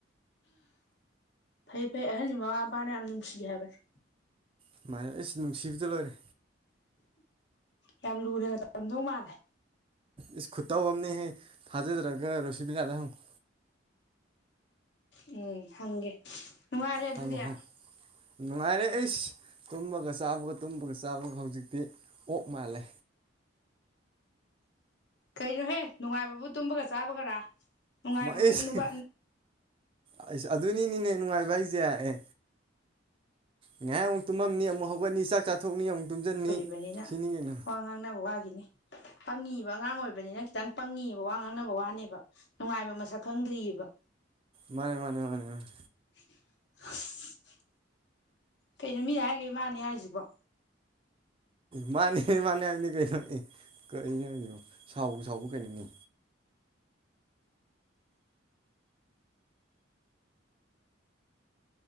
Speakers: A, on the left (about 60°); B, on the right (about 30°).
A: ꯐꯩ ꯐꯩ ꯑꯍꯟꯒꯤ ꯃꯃꯥ ꯃꯄꯥꯅ ꯌꯥꯝ ꯅꯨꯡꯁꯤ ꯍꯥꯏꯕꯅꯦ
B: ꯁꯨꯃꯥꯏꯅ ꯑꯁ ꯅꯨꯡꯁꯤꯕꯗ ꯂꯣꯏꯔꯦ
A: ꯌꯥꯝ ꯂꯨꯅ ꯇꯧꯔꯝꯗꯧ ꯃꯥꯜꯂꯦ
B: ꯏꯁ ꯈꯨꯠꯇꯧ ꯑꯃꯅꯦꯍꯦ ꯊꯥꯖꯗ꯭ꯔꯒ ꯔꯣꯁꯤꯕꯤꯅꯗ ꯍꯪꯉꯣ
A: ꯎꯝ ꯍꯪꯒꯦ ꯅꯨꯡꯉꯥꯏꯔꯦ ꯑꯗꯨꯗꯤ
B: ꯍꯪꯉꯨ
A: ꯑꯁ
B: ꯍꯪꯉꯨ ꯅꯨꯡꯉꯥꯏꯔꯦ ꯑꯩꯁ ꯇꯨꯝꯕꯒ ꯆꯥꯕꯒ ꯇꯨꯝꯕꯒ ꯆꯥꯕꯒ ꯍꯧꯖꯤꯛꯇꯤ ꯑꯣꯛ ꯃꯥꯜꯂꯦ
A: ꯀꯩꯅꯣꯍꯦ ꯅꯨꯡꯉꯥꯏꯕꯕꯨ ꯇꯨꯝꯕꯒ ꯆꯥꯕꯒꯔꯥ ꯅꯨꯡꯉꯥꯏꯕꯕꯨ
B: ꯑꯩꯁ
A: ꯎꯨꯅꯕ
B: ꯑꯩꯁ ꯑꯗꯨꯅꯤꯅꯤꯅꯦ ꯅꯨꯡꯉꯥꯏꯕ ꯍꯥꯏꯁꯦ ꯑꯦ ꯉꯏꯍꯥꯛ ꯑꯃꯨꯛ ꯇꯨꯝꯃꯝꯅꯤ ꯑꯃꯨꯛ ꯍꯧꯒꯠꯅꯤ ꯆꯥꯛ ꯆꯥꯊꯣꯛꯅꯤ ꯑꯃꯨꯛ ꯇꯨꯝꯖꯟꯅꯤ
A: ꯑꯣꯏꯔꯤꯕꯅꯤꯅ
B: ꯁꯤꯅꯤ ꯀꯩꯅꯣ
A: ꯋꯥ ꯉꯥꯡꯅꯕ ꯋꯥꯒꯤꯅꯤ ꯄꯪꯉꯤ ꯑꯉꯥꯡ ꯑꯣꯏꯕꯅꯤꯅ ꯈꯤꯇꯪ ꯄꯪꯉꯤꯕ ꯋꯥ ꯉꯥꯡꯅꯕ ꯋꯥꯅꯤꯕ ꯅꯨꯡꯉꯥꯏꯕ ꯃꯁꯛ ꯈꯪꯗ꯭ꯔꯤꯕ
B: ꯃꯥꯅꯦ ꯃꯥꯅꯦ ꯃꯥꯅꯦ ꯃꯥꯅꯦ
A: <unintelligible> ꯀꯩꯅꯣ ꯃꯤꯅ ꯍꯥꯏꯒꯩ ꯃꯥꯅꯤ ꯍꯥꯏꯔꯤꯁꯤꯕꯣ
B: ꯃꯥꯅꯦ ꯃꯥꯅꯦ ꯍꯥꯏꯕꯅꯤ ꯀꯩꯅꯣ ꯑꯦ ꯀꯅꯤꯅꯣ ꯁꯥꯎꯕꯨ ꯁꯥꯎꯕꯔ ꯀꯩꯅꯣꯅꯦ